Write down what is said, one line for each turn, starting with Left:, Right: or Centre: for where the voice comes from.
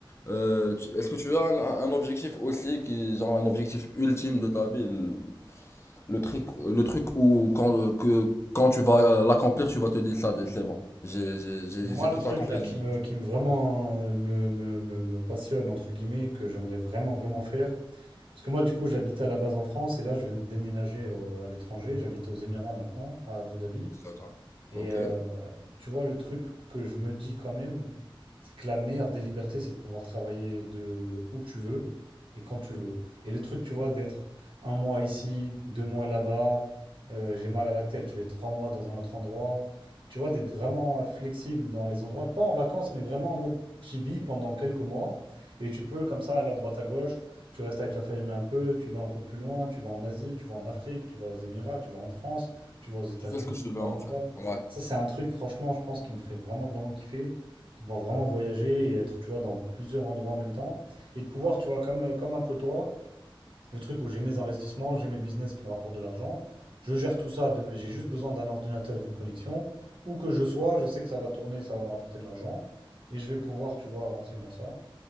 Left: Euh, tu- Est-ce que tu as un, un objectif aussi, qui, genre un objectif ultime de ta vie, le, le truc, le truc où quand, euh, que, quand tu vas l'accomplir, tu vas te dire, ça va, c'est bon, j'ai j'ai- j'ai-
Right: Moi,
Left: j'ai
Right: le
Left: tout
Right: truc
Left: accompli
Right: là
Left: de
Right: qui
Left: ma vie.
Right: me, qui me vraiment euh, me, me- me- me passionne, entre guillemets, que j'aimerais vraiment, vraiment faire. Parce que moi, du coup, j'habitais à la base en France et là, je viens de déménager au- à l'étranger. J'habite aux Émirats maintenant, à Abu Dhabi.
Left: D'accord.
Right: Et
Left: Ok.
Right: euh,
Left: Ouais.
Right: tu vois, le truc que je me dis quand même, c'est que la meilleure des libertés, c'est de pouvoir travailler de où tu veux et quand tu veux. Et le truc, tu vois, d'être un mois ici, deux mois là-bas, euh, j'ai mal à la tête, je vais trois mois dans un autre endroit. Tu vois, d'être vraiment euh, flexible dans les endroits, pas en vacances, mais vraiment en mode tu vis pendant quelques mois. Et tu peux, comme ça, aller à droite à gauche, tu restes avec la famille un peu, tu vas un peu plus loin, tu vas en Asie, tu vas en Afrique, tu vas aux Émirats, tu vas en France, tu vas aux États-Unis,
Left: Je fais ce que je
Right: tu
Left: veux
Right: vas
Left: en
Right: en Europe.
Left: fait. Ouais.
Right: Ça, c'est un truc, franchement, je pense qui me ferait vraiment, vraiment kiffer, de pouvoir vraiment voyager et être, tu vois, dans plusieurs endroits en même temps. Et de pouvoir, tu vois, comme, euh, comme un peu toi, le truc où j'ai mes investissements, j'ai mes business qui me rapportent de l'argent, je gère tout ça, de- j'ai juste besoin d'un ordinateur et d'une connexion. Où que je sois, je sais que ça va tourner, ça va me rapporter de l'argent. Et je vais pouvoir, tu vois, avancer dans ça.